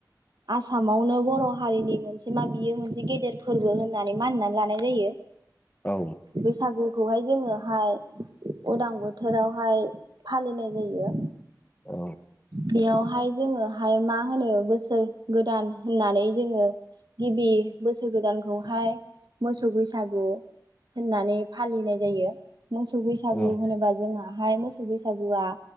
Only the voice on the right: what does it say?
आसामावनो बर' हारिनि मोनसे मा बियो मोनसे गेदेर फोरबो होननानै मानिनानै लानाय जायो।
बेैसागु। खौहाय जोङोहाय उदां बोथ थोरावहाय फालिनाय जायो।
बेयावहाय जोङोहाय मा होनो बोसोर गोदान होननानै जोङो गिबि बोसोर गोदानखौहाय मोसौ बैसागु होननानै फालिनाय जायो। मोसौ बैसागु
होनोबा जोंहा। हाय मोसौ बैसागुआ